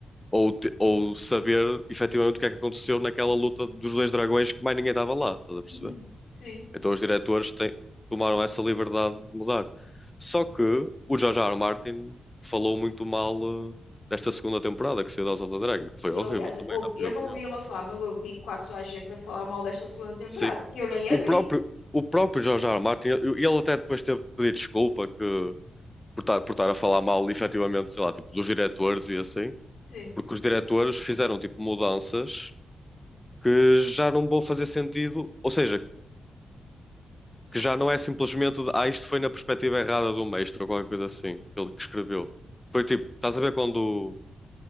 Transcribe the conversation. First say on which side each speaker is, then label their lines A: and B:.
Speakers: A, on the left (about 15°); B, on the left (about 75°).
A: ou, te- ou saber efetivamente o que é que aconteceu naquela luta dos dois dragões que mais ninguém estava lá, estás a perceber?
B: Uhum, sim.
A: Então os diretores têm- tomaram essa liberdade de mudar. Só que o George R. R. Martin falou muito mal eh, desta segunda temporada que saiu de House of the Dragon, que foi
B: E
A: horrível
B: aliás,
A: também,
B: ouvi-
A: na
B: eu
A: minha
B: não
A: opinião.
B: ouvi ela falar, mas ouvi quase toda a gente a falar mal desta segunda temporada,
A: Sim.
B: que eu nem
A: O
B: a vi.
A: próprio, o próprio George R. R. Martin, eu- ele até depois teve que pedir desculpa que, por estar, por estar a falar mal, efetivamente, sei lá, tipo, dos diretores e assim,
B: Sim,
A: porque os diretores fizeram, tipo, mudanças que já não vão fazer sentido, ou seja, que já não é simplesmente de, ah, isto foi na perspectiva errada do mestre ou qualquer coisa assim, que ele que escreveu. Foi tipo, estás a ver quando